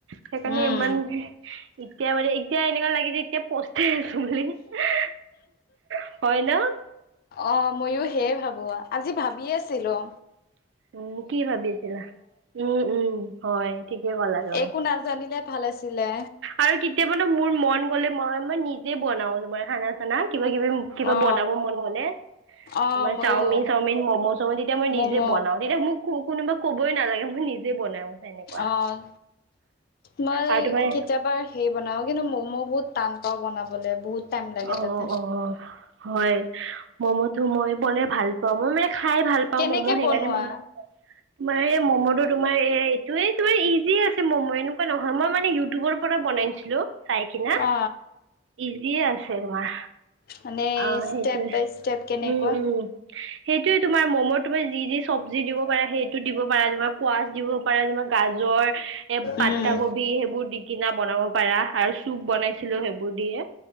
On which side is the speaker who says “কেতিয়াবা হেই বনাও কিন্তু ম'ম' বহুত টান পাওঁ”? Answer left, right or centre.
Left